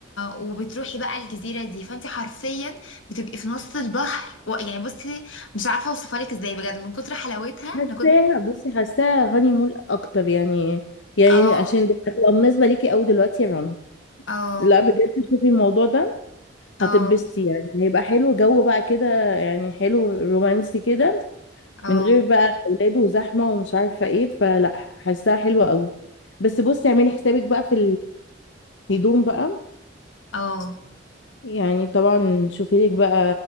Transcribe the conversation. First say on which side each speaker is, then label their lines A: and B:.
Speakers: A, on the left; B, on the left.
A: وبتروحي بقى الجزيرة دي فانتي حرفيا بتبقي في نص البحر و... يعني بصي مش عارفة اوصفلك ازاي بجد من كتر حلاوتها
B: حاساها
A: انا كنت
B: بصي حاساها هاني مول اكتر يعني
A: <laughs>
B: يعني
A: اه
B: عشان ده- هتبقى مناسبة ليكي قوي دلوقتي يا رنا
A: اه
B: لا بجد شوفي الموضوع ده هتتبسطي
A: اه
B: يعني هيبقى حلو جو بقى كده يعني حلو رومانسي كده
A: اه
B: من غير بقى اولاد وزحمه ومش عارفه ايه فلا حاساها حلوه قوي بس بصي اعملي حسابك بقى في الهدوم بقى
A: اه <laughs>
B: يعني طبعا شوفي لك بقى